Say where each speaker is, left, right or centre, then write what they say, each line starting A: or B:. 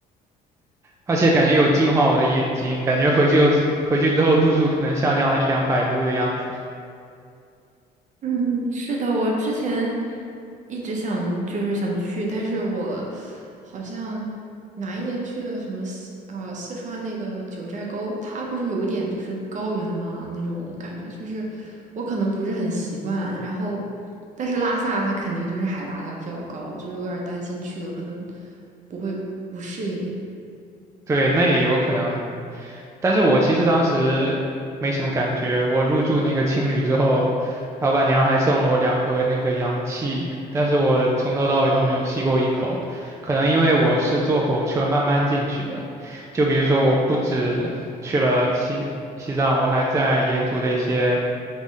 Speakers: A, on the right; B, on the right.
A: 而且感觉有净化我的眼睛，感觉回去后之回去之后度数可能下降了一两百度的样子。
B: 嗯，是的，我之前一直想就是想去，但是我好像哪一年去的什么四啊呃四川那个九寨沟，它不是有一点就是高原嘛那种感觉，就是我可能不是很习惯。然后，但是拉萨它肯定就是海拔它比较高，就是我有点担心去了可能不会不适应。
A: 对，那也有可能。但是我其实当时没什么感觉，我入住那个青旅之后，老板娘还送了我两盒那个氧气，但是我从头到尾都没有吸过一口，可能因为我是坐火车慢慢进去的，就比如说我不止去了西西藏，我还在沿途的一些。